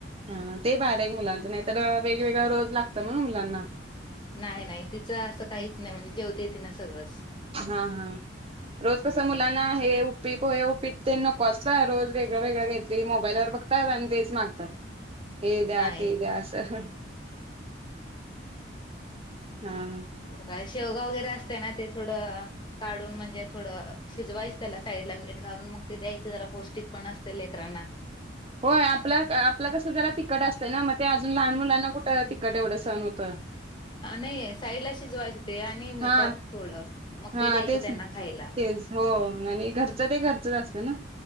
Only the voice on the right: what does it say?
हा ते बारीय एक मुलांचं नाई तर अ वेगवेगळं रोज लागतं ना मुलांना
हा हा रोज
कस मुलांन नाहे उप्पे, पोहे उपीट तेन नको असता रोज वेगळ वेगळ काइतरी मोबाईलवर बगतात आणि तेच मागतात. हे द्या,
ते द्या अस. हा ह.
होय आपल्या क आपलं कसं जरा तिकट असतय ना म ते अजून लहान मुलांना कुट तिकट एवड सन हुतं.
हा
हा
तेच
ना
तेच हो आणि घरचं ते घरचंच असतं ना.